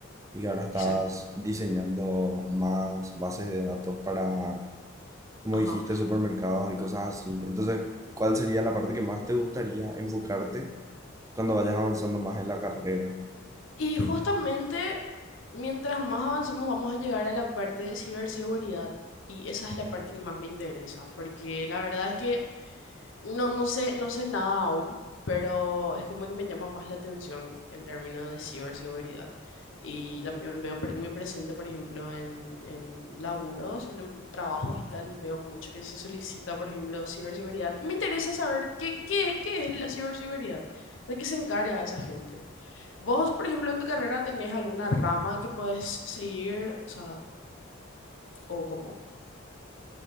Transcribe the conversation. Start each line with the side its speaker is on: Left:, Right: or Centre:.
Right: y ahora estás
Left: Exacto.
Right: diseñando más bases de datos para, como
Left: Ajá.
Right: dijiste, supermercados y cosas así. Entonces, ¿cuál sería la parte que más te gustaría enfocarte cuando vayas avanzando más en la carrera?
Left: Y justamente, mientras más avancemos, vamos a llegar a la parte de ciberseguridad. Y esa es la parte que más me interesa, porque la verdad es que no, no sé, no sé nada aún, pero es como que me llama más la atención el término de ciberseguridad. Y también veo pre- muy presente, por ejemplo, en, en laburos, en, em- trabajos y tal, veo mucho que se solicita, por ejemplo, ciberseguridad. Y me interesa saber qué, qué, qué es la ciberseguridad, de qué se encarga esa gente. Vos, por ejemplo, en tu carrera tenés alguna rama que podés seguir, o sea, o cómo.